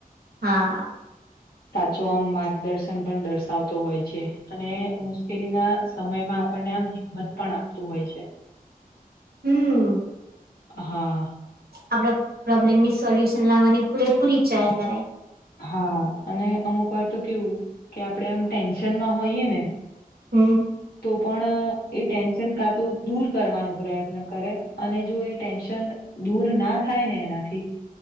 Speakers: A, on the right; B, on the left.
A: હા
B: સાચો આમ માર્ગદર્શન પણ દર્શાવતો હોય છે અને મુશ્કેલી ના સમયમાં આપણને આમ હિંમત પણ આપતું હોય છે
A: હમ
B: હા
A: આપડા પ્રોબ્લેમની સોલ્યુશન લાવવાની પૂરેપૂરી ટ્રાય કરાય
B: હા અને અમુક વાર તો કેવું કે આપણે એમ ટેન્શનમાં હોઈએ ને
A: હમ
B: તો પણ એ ટેન્શન કા તો દૂર કરવાનો પ્રયત્ન કરે અને જો એ ટેન્શન દૂર ના થાય ને એનાથી